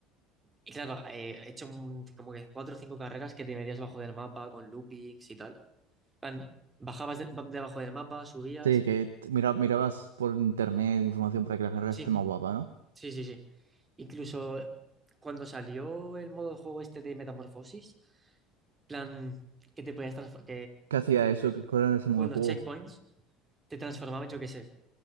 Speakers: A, on the right (about 20°); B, on the right (about 85°).
A: Y claro, eh, he hecho un- como que cuatro o cinco carreras que te metías debajo del mapa con loopings y tal. En plan, bajabas de- debajo del mapa, subías.
B: Sí, que t- mira, mirabas por internet información para que la carrera
A: Sí,
B: esté más guapa, ¿no?
A: sí, sí, sí. Incluso cuando salió el modo de juego este de Metamorfosis plan que te podías transformar,
B: ¿Qué hacía eso? ¿Qué, cuál era ese modo
A: con
B: de
A: los
B: juego?
A: checkpoints, te transformabas, yo qué sé,